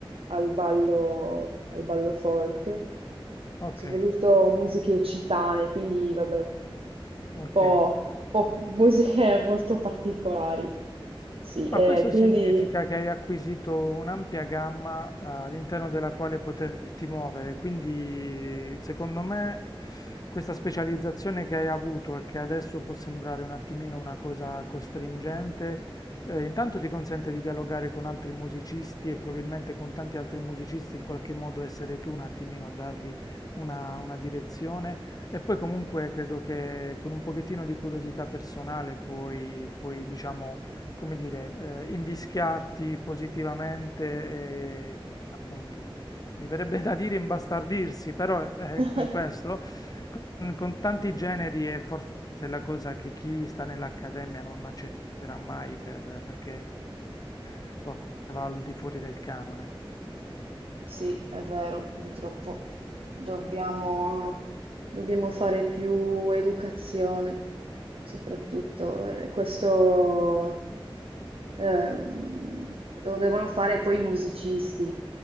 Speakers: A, on the right; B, on the left.
A: al ballo, al ballo folk,
B: Ok,
A: soprattutto musiche occitane, quindi vabbè, un
B: ok.
A: po', un po' musiche <laughs> molto particolari. Sì,
B: Ma
A: e
B: questo
A: quindi...
B: significa che hai acquisito un'ampia gamma, eh, all'interno della quale poterti muovere, quindi secondo me questa specializzazione che hai avuto e che adesso può sembrare un attimino una cosa costringente, eh, intanto ti consente di dialogare con altri musicisti e probabilmente con tanti altri musicisti in qualche modo essere tu un attimino a dargli una, una direzione e poi comunque credo che con un pochettino di curiosità personale puoi, puoi diciamo come dire, eh, invischiarti positivamente e appunto, mi verrebbe da dire imbastardirsi, però è
A: <laughs>
B: questo, con, con tanti generi è forse la cosa che chi sta nell'accademia non accetterà mai per- perché qualcosa va al di fuori del canone.
A: Sì, è vero, purtroppo dobbiamo, dobbiamo fare più educazione, soprattutto eh, questo ehm, lo devono fare poi i musicisti,